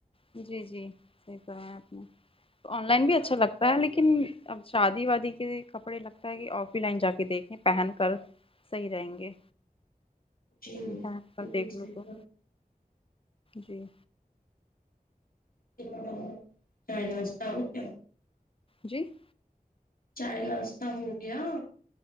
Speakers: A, on the left; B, on the left.
A: جی جی صحیح فرمایا آپ نے آن لائن بھی اچھا لگ تا لیکن اب شادی وادی کے کپڑے لگتا ہے کہ آف ہی لائن جا کے دیکھیں پہن کر صحیح رہیں گے
B: جی
A: پر
B: بالکل
A: آپ دیکھ
B: صحیح
A: لو کو جی
B: کیھدر ہو چائے ناشتہ ہو گیا
A: جی
B: چائے ناشہ ہو گیا